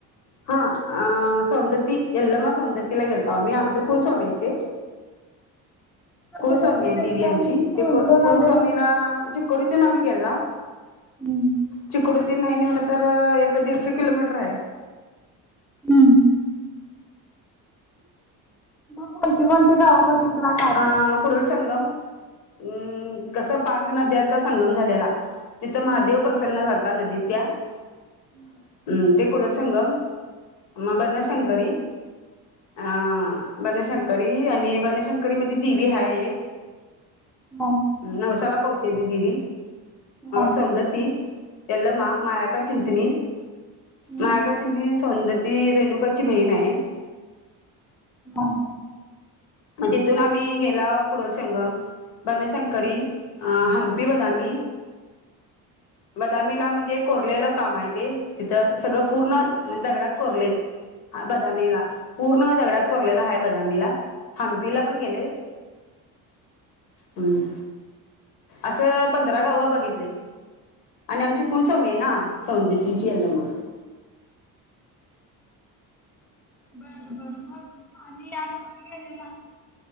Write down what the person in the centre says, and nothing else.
कसं
कसं
गेलता?
कोण
कोण आलेलं?
हम्म.
हम्म. मग कोणती कोणती गावं बघितला काय
काय?
हम्म
हम्म.
हम्म
हम्म.
बर बर मग आणि आणि कुठे गेलेला.